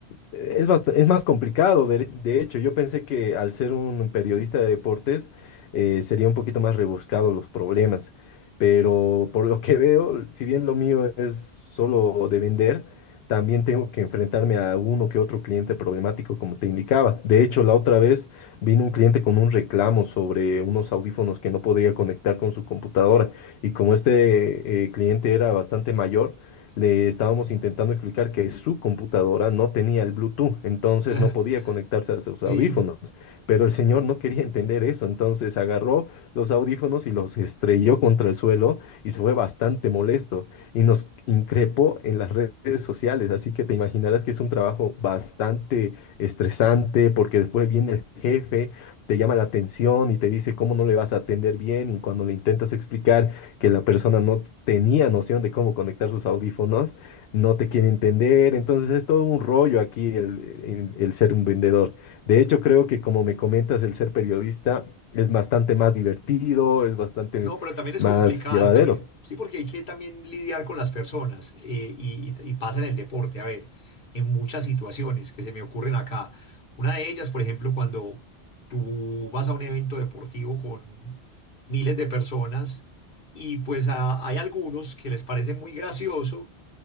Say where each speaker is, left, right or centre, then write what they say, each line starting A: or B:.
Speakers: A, on the left (about 75°); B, on the left (about 55°).
A: es, bast- es más complicado. De, de hecho, yo pensé que al ser un periodista de deportes eh, sería un poquito más rebuscado los problemas, pero por lo que veo, si bien lo mío es solo de vender, también tengo que enfrentarme a uno que otro cliente problemático, como te indicaba. De hecho, la otra vez vino un cliente con un reclamo sobre unos audífonos que no podía conectar con su computadora. Y como este eh, cliente era bastante mayor, le estábamos intentando explicar que su computadora no tenía el Bluetooth, entonces
B: <laughs>
A: no podía conectarse a sus
B: Sí.
A: audífonos. Pero el señor no quería entender eso, entonces agarró los audífonos y los estrelló contra el suelo y se fue bastante molesto y nos increpó en las redes sociales. Así que te imaginarás que es un trabajo bastante estresante porque después viene el jefe, te llama la atención y te dice cómo no le vas a atender bien y cuando le intentas explicar que la persona no tenía noción de cómo conectar sus audífonos, no te quiere entender, entonces es todo un rollo aquí el, en- el ser un vendedor. De hecho, creo que como me comentas, el ser periodista es bastante más divertido, es bastante
B: No, pero también es
A: más
B: complicado,
A: llevadero.
B: también, sí, porque hay que también lidiar con las personas eh, y, y- y pasa en el deporte, a ver, en muchas situaciones que se me ocurren acá. Una de ellas, por ejemplo, cuando tú vas a un evento deportivo con miles de personas y pues a- hay algunos que les parece muy gracioso